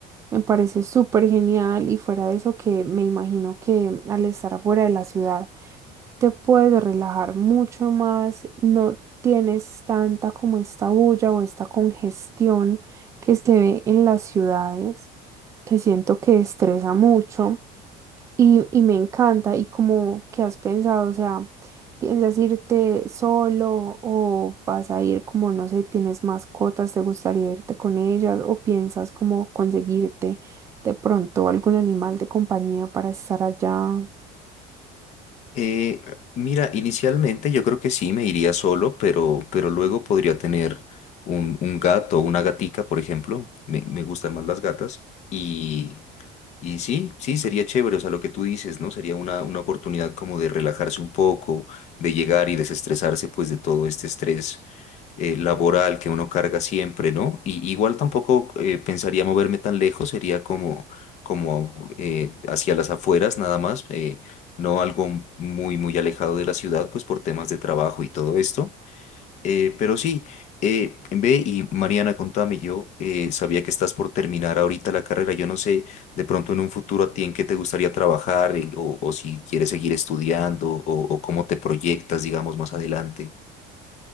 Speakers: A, on the right (about 15°); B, on the left (about 40°).
A: me parece súper genial y fuera de eso que me imagino que al estar afuera de la ciudad, te puedes relajar mucho más, no tienes tanta como esta bulla o esta congestión que se ve en las ciudades, que siento que estresa mucho y, y me encanta y como que has pensado, o sea, ¿piensas irte solo o vas a ir como, no sé, tienes mascotas, te gustaría irte con ellas o piensas como conseguirte de pronto algún animal de compañía para estar allá?
B: Eh, mira, inicialmente yo creo que sí me iría solo, pero, pero luego podría tener un, un gato o una gatica, por ejemplo. Me, me gustan más las gatas. Y, y sí, sí, sería chévere, o sea, lo que tú dices, ¿no? Sería una, una oportunidad como de relajarse un poco, de llegar y desestresarse pues de todo este estrés eh, laboral que uno carga siempre, ¿no? Y igual tampoco eh, pensaría moverme tan lejos, sería como, como eh, hacia las afueras nada más, eh, no algo muy, muy alejado de la ciudad, pues por temas de trabajo y todo esto. Eh, pero sí, eh, ve y Mariana, contame, yo eh, sabía que estás por terminar ahorita la carrera. Yo no sé de pronto en un futuro a ti en qué te gustaría trabajar en- o, o si quieres seguir estudiando o, o cómo te proyectas, digamos, más adelante.